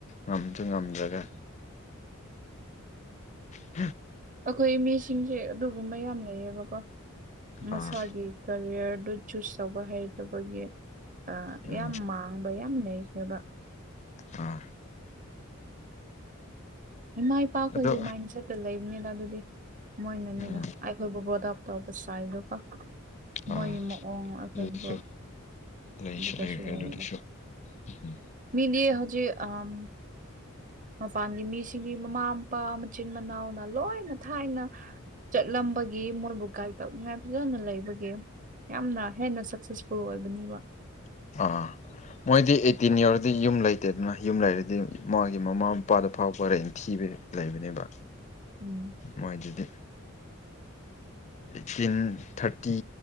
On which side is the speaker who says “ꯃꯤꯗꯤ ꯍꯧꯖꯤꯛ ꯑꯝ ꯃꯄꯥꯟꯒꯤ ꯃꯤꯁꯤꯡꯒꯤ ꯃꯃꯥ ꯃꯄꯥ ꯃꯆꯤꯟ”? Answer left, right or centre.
Right